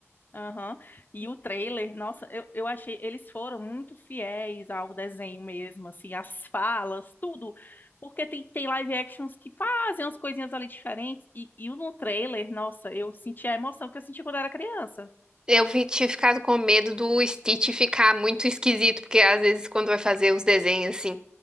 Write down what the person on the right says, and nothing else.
Eu vi- tinha ficado com medo do Stitch ficar muito esquisito, porque às vezes quando vai fazer os desenhos assim